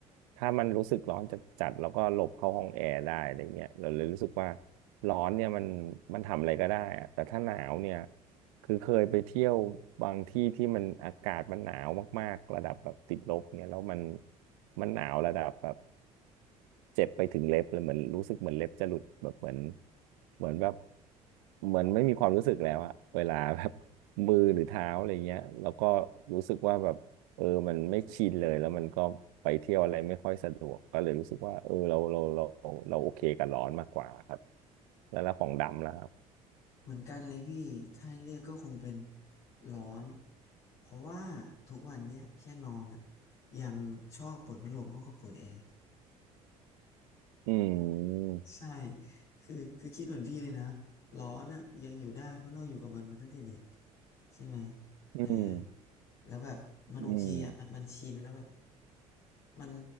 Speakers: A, on the right; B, on the left.
A: ถ้ามันรู้สึกร้อนจัดๆแล้วก็หลบเข้าห้องแอร์ได้อะไรเงี้ยเราเลยรู้สึกว่าร้อนเนี่ยมันมันทำอะไรก็ได้อะแต่ถ้าหนาวเนี่ยคือเคยไปเที่ยวบางที่ที่มันอากาศมันหนาวมากๆระดับแบบติดลบเนี่ยแล้วมันมันหนาวระดับแบบ เจ็บไปถึงเล็บเลยเหมือนรู้สึกเหมือนเล็บจะหลุดแบบเหมือนเหมือนแบบเหมือนไม่มีความรู้สึกแล้วอะเวลาแบบ <laughs> มือหรือเท้าอะไรเงี้ยแล้วก็รู้สึกว่าแบบเออมันไม่ชินเลยแล้วมันก็ไปเที่ยวอะไรไม่ค่อยสะดวกก็เลยรู้สึกว่าเออเราเราเราเราโอเคกับร้อนมากกว่าครับแล้วแล้วของดำแล้วครับ
B: เหมือนกันเลยพี่ถ้าให้เลือกก็คงเป็นร้อนเพราะว่าทุกวันเนี้ยแค่นอนอะยังชอบเปิดพัดลมมากกว่าเปิดแอร์ <laughs>
A: อืม
B: ใช่คือคือคิดเหมือนพี่เลยนะร้อนอะยังอยู่ได้เพราะเราอยู่กับมันมาตั้งแต่เด็กใช่ไหม
A: อืม
B: เออ แล้วแบบมันโอเคอ่ะมันมันชินแล้วแบบ
A: อืม
B: มัน